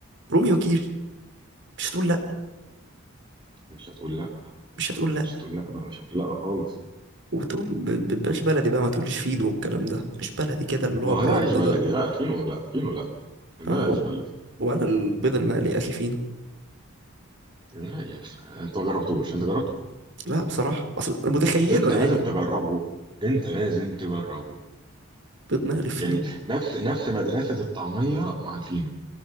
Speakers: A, on the right; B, on the right.
A: رومي وكيري مش هتقول لا
B: مش هتقول لا
A: مش هتقول لا
B: مش هتقول لا ده مش هتقول لا خالص
A: وتقوم ب- ب- باش بلدي بقى ما تقوليش فينو والكلام ده مش بلدي كده اللي
B: ما
A: هو برده
B: هو ده عيش بلدي
A: ده
B: لا فينه لا فينه لا ده
A: اه
B: عيش بلدي
A: ولا البيض المقلي يا اخي فينو
B: لا يا أخي، انت ما جربتوش انت جربت
A: لا بصراحه اصل متخيله
B: انت
A: يعني
B: لازم تجربه انت لازم تجربه
A: بيض مقلي فينو
B: يعني نفس نفس مدرسة الطعمية مع الفينو